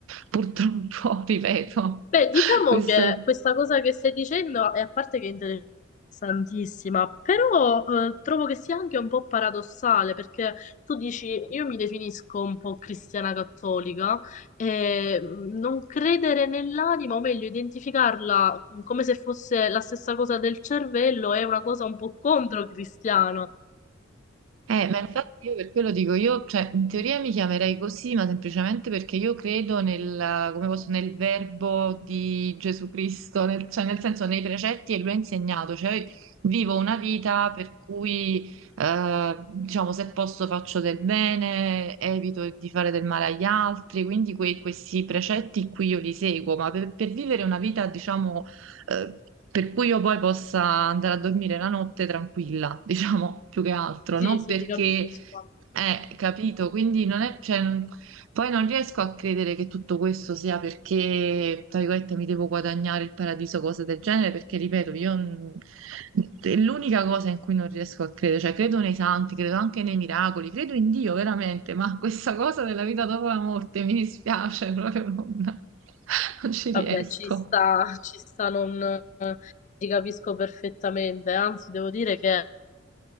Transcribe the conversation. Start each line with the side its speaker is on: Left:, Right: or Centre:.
Right: purtroppo, <laughs> ripeto,
Left: Beh, diciamo
Right: questo
Left: che
Right: è...
Left: questa cosa che stai dicendo è a parte che è interessantissima, però eh, trovo che sia anche un po' paradossale perché tu dici io mi definisco un po' cristiana cattolica e mh, non credere nell'anima, o meglio, identificarla mm, come se fosse la stessa cosa del cervello è una cosa un po' controcristiana.
Right: Eh, ma infatti io per quello dico, io, cioè, in teoria mi chiamerei così, ma semplicemente perché io credo nel, come posso, nel verbo di Gesù Cristo, nel, cioè nel senso nei precetti che lui ha insegnato, cioè vivo una vita per cui, eh, diciamo, se posso faccio del bene, evito di fare del male agli altri, quindi que- questi precetti qui io li seguo, ma per, per vivere una vita, diciamo eh, per cui io poi possa andare a dormire la notte tranquilla, <laughs> diciamo, più che altro,
Left: Sì,
Right: non
Left: sì,
Right: perché
Left: ti capisco.
Right: è capito, quindi non è, cioè, non- poi non riesco a credere che tutto questo sia perché, tra virgolette, mi devo guadagnare il paradiso, cose del genere, perché, ripeto, io mm, è l'unica cosa in cui non riesco a credere, cioè credo nei santi, credo anche nei miracoli, credo in Dio veramente, ma <laughs> questa cosa della vita dopo la morte mi dispiace, proprio non <laughs> non ci riesco.
Left: Vabbè, ci sta, ci sta non... eh, Ti capisco perfettamente, anzi devo dire che